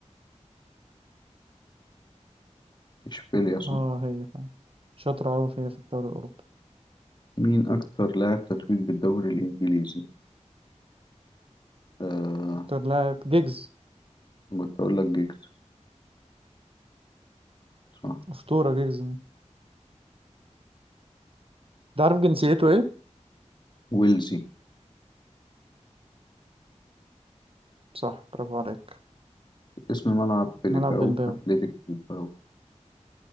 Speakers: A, on the left; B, on the right.
A: اشبيليا صح
B: اه هي فعلا شاطرة أوي في هي في الدوري الأوروبي
A: مين أكتر لاعب تتويج بالدوري الإنجليزي آه
B: أكتر لاعب جيجز
A: كنت أقول لك جيجز صح
B: أسطورة جيجز ده عارف جنسيته إيه؟
A: ويلزي
B: صح برافو عليك
A: اسم ملعب بليباو
B: ملعب بلباو
A: أتلتيك بليباو